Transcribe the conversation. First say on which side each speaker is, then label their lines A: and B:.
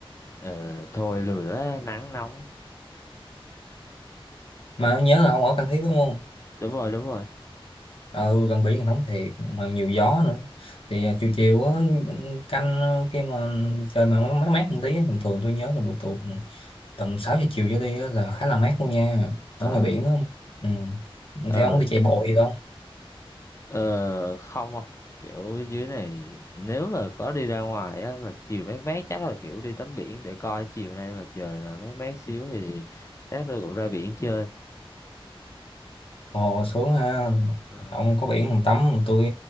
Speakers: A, on the left; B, on the left.
A: ờ, thôi lười quá, nắng nóng,
B: mà nhớ là ông ở Phan Thiết đúng không
A: đúng rồi, đúng rồi.
B: ừ gần biển thì nóng thiệt mà nhiều gió nữa thì à, chiều chiều á, canh à, khi mà trời mà mát mát mát một tí á, bình thường tôi nhớ là buổi tối ừ, tầm 6 giờ chiều trở đi á là khá là mát luôn nha
A: Ờ,
B: ở ngoài biển á ừ.
A: ờ,
B: thì ông thì chạy bộ gì đâu
A: Ờ, không không kiểu dưới này nếu mà có đi ra ngoài á mà chiều mát mát chắc là kiểu đi tắm biển để coi chiều nay mà trời mà mát mát xíu thì chắc tôi cũng ra biển chơi
B: ồ sướng ha
A: Ờ,
B: ông có biển còn tắm tôi